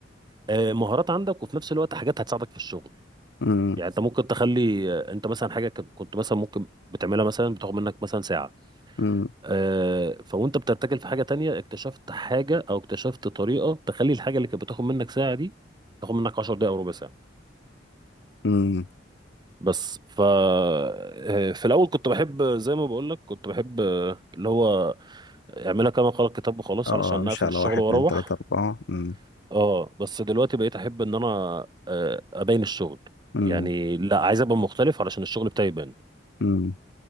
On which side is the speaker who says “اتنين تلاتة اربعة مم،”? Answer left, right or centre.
Left